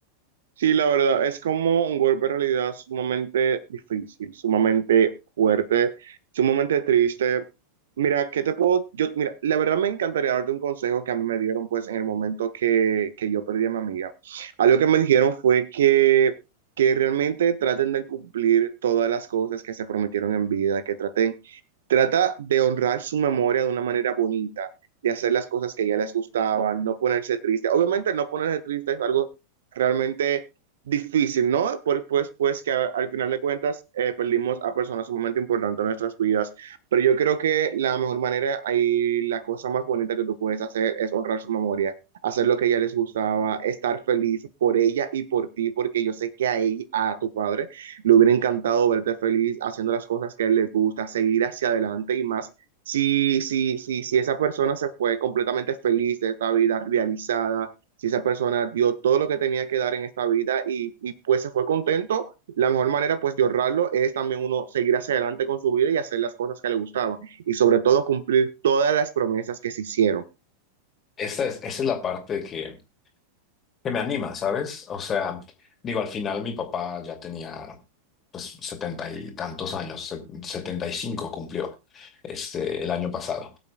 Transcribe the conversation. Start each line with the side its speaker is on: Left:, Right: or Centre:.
Right: Sí, la verdad, es como un golpe de realidad sumamente difícil, sumamente fuerte, sumamente triste. Mira, ¿qué te puedo? Yo, mira, la verdad me encantaría darte un consejo que a mí me dieron pues en el momento que, que yo perdí a mi amiga. Algo que me dijeron fue que, que realmente traten de cumplir todas las cosas que se prometieron en vida, que traten Trata de honrar su memoria de una manera bonita, de hacer las cosas que ya les gustaban, no ponerse triste. Obviamente no ponerse triste es algo realmente difícil, ¿no? Por- Pues, pues que a- al final de cuentas eh, perdimos a personas sumamente importantes en nuestras vidas. Pero yo creo que la mejor manera y la cosa más bonita que tú puedes hacer es honrar su memoria, hacer lo que a ella les gustaba, estar feliz por ella y por ti, porque yo sé que a ella, a tu padre, le hubiera encantado verte feliz haciendo las cosas que a él le gusta, seguir hacia adelante y más. Si, si, si, si esa persona se fue completamente feliz de esta vida realizada, si esa persona dio todo lo que tenía que dar en esta vida y, y, pues se fue contento, la mejor manera pues de ahorrarlo es también uno seguir hacia adelante con su vida y hacer las cosas que le gustaban y sobre todo cumplir todas las promesas que se hicieron.
Left: Esa es, esa es la parte que, que me anima, ¿sabes? O sea, digo, al final mi papá ya tenía pues setenta y tantos años, se- setenta y cinco cumplió este, el año pasado.